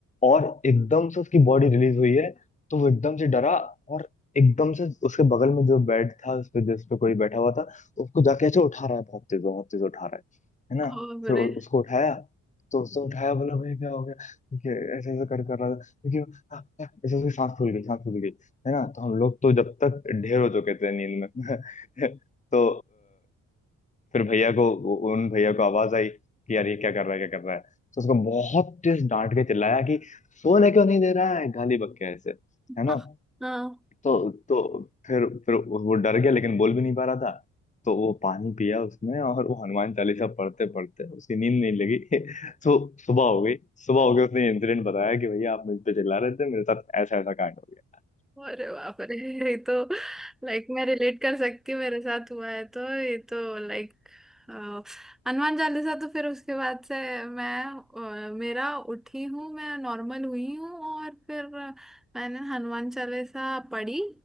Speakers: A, on the left (about 25°); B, in the centre.
A: और एकदम से उसकी बॉडी रिलीज हुई है तो वो एकदम से डरा और एकदम से उसके बगल में जो बेड था उस पे जिस पे कोई बैठा हुआ था उसको जाके ऐसे उठा रहा है बहुत तेज बहुत तेज उठा रहा है है ना
B: ओ बुरे
A: फिर उ- उसको उठाया तो उसने उठाया बोला भाई क्या हो गया कि ऐसे ऐसे कर कर रहा था क्योंकि "आ, आ", ऐसे उसकी सांस फूल गई सांस फूल गई है ना तो हम लोग तो जब तक ढेर हो चुके थे नींद में <laughs> तो फिर भैया को उन भैया को आवाज आई कि यार ये क्या कर रहा है क्या कर रहा है तो उसको बहुत तेज डांट के चिल्लाया कि सोने क्यों नहीं दे रहा है गाली बक्के ऐसे
B: हाँ
A: है ना
B: हाँ।
A: तो तो फिर फिर वो डर गया लेकिन बोल भी नहीं पा रहा था तो वो पानी पिया उसने और वो हनुमान चालीसा पढ़ते पढ़ते उसकी नींद नहीं लगी <laughs> तो सुबह हो गई सुबह हो गई उसने इंसिडेंट बताया कि भैया आप मुझ पे चिल्ला रहे थे मेरे साथ ऐसा ऐसा कांड हो गया
B: अरे बाप रे ये तो लाइक मैं रिलेट कर सकती हूँ मेरे साथ हुआ है तो ये तो लाइक हनुमान चालीसा तो फिर उसके बाद से मैं अ, मेरा उठी हूँ मैं नॉर्मल हुई हूँ और फिर मैंने हनुमान चालीसा पढ़ी